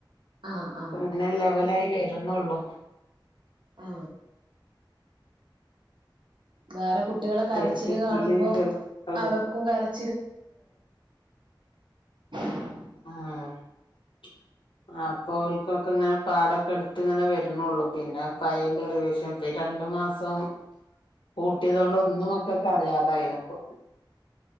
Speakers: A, on the right; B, on the left.
A: ആഹ് ആഹ്
B: അങ്ങനെ ലെവലായി വരുന്നുള്ളു
A: ആഹ് വേറെ കുട്ടികളകരച്ചില്
B: എൽ കെ ജിയില്
A: കാണുമ്പോൾ
B: ചെറിയ മക്കള്
A: അവർക്കും കര <unintelligible>
B: ആഹ് <unintelligible>